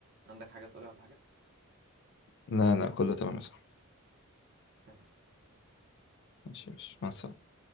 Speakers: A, on the right; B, on the left.
A: عندك حاجه تقولها ولا حاجه
B: لا لا كله تمام يا صاحبي
A: تمام
B: ماشي ماشي مع السلامة